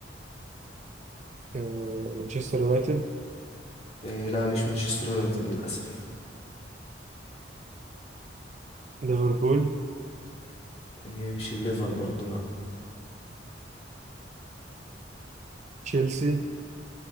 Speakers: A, on the right (about 40°); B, on the left (about 35°).
A: آه، مانشستر يونايتد
B: إيه، لا مش مانشستر يونايتد للاسف
A: ليفربول
B: إيه، مش الليفر برضو لا
A: تشيلسي